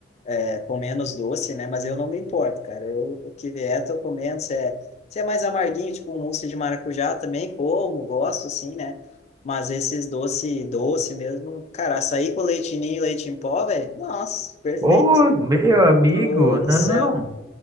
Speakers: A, on the left; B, on the right.
A: é, com menos doce, né? Mas eu não me importo, cara. Eu, o que vier, tô comendo. Se é, se é mais amarguinho, tipo um mousse de maracujá também, como, gosto, assim, né? Mas esses doce, doce mesmo, cara, açaí com leite ninho e leite em pó, velho, nossa, perfeito.
B: Ô, meu amigo,
A: Tô
B: não,
A: no céu,